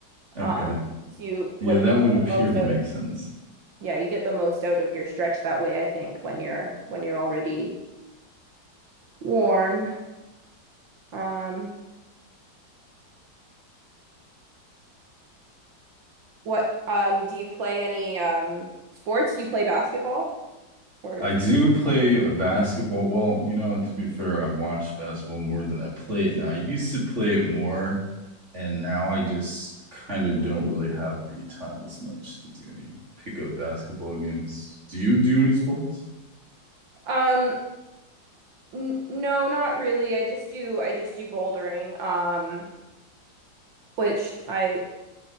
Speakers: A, on the right; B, on the right.
A: Okay.
B: Um, so you like
A: Yeah, that would
B: get
A: appear
B: the most
A: to
B: out
A: make
B: of
A: sense.
B: yeah, you get the most out of your stretch that way, I think, when you're when you're already warm. Um, what um do you play any um sports? Do you play basketball or
A: I do play a basketball. Well, you know, to be fair, I watch basketball more than I play it now. I used to play it more, and now I just kind of don't really have the time as much to do any pickup basketball games. Do you do any sports?
B: um n no, not really. I just do I just do bouldering. Um, which I